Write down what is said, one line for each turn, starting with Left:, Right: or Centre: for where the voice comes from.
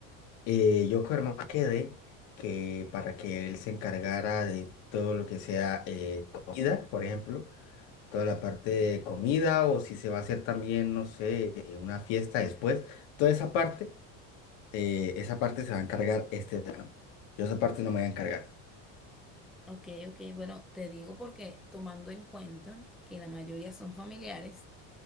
Left: Eh, yo con Germán quedé que para que él se encargara de todo lo que sea eh, comida, por ejemplo toda la parte
Centre: Ok.
Left: de comida o si se va a hacer también, no sé, eh, una fiesta después. Toda esa parte, eh, esa parte se va a encargar este verano. Yo esa parte no me voy a encargar.
Centre: Ok, ok, bueno, te digo porque tomando en cuenta que la mayoría son familiares,